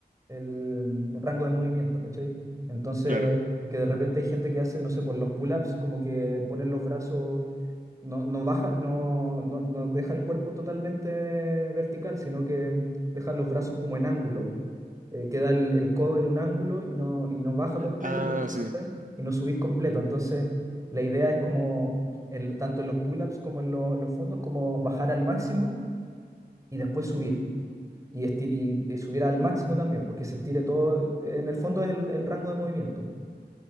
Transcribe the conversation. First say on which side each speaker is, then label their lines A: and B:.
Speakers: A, on the right (about 20°); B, on the right (about 50°).
A: el, rango de movimiento, ¿cachai? Entonces,
B: Claro.
A: porque de repente hay gente que hace, no sé, por los pull-ups, como que ponen los brazos no, no baja, no, no, no deja el cuerpo totalmente vertical, sino que deja los brazos como en ángulo. po. Eh, queda el, el codo en un ángulo y no, y no baja completo
B: Ah,
A: ni,
B: sí,
A: ¿cachai? y no subís completo. Entonces, la idea es como, el, tanto en los pull-ups como en lo- los fondos, como bajar al máximo y después subir. Y, estir- y, y subir al máximo también, porque se estire todo. En el fondo es el, el rango de movimiento.